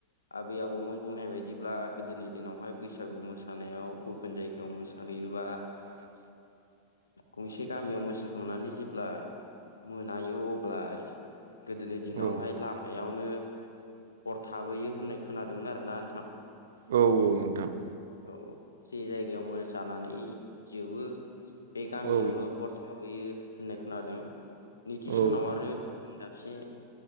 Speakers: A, on the left (about 75°); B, on the right (about 60°).
A: आबै आबौमोन बुंनाय बायदिब्ला गोदोनि दिनावहाय बैसागु मोसानायाव गुब गुबुन जायगायाव मोसाहैयोबा
B: <inaudible>
A: गंसे गामियाव मोसाखांनानै जेब्ला मोनायो अब्ला गोदोनि दिनावहाय
B: औ
A: लाब मायावनो हर थाबोयो होननाय खोनादोंमोन आरो ना नोंथां
B: औ औ नोंथां
A: औ औ जे जायगायाव मोसानानै जोबो बे गामियावनो
B: औ
A: हर थाबोयो होननाय खोनादों नैथि
B: औ
A: सानाव आरो दाबसे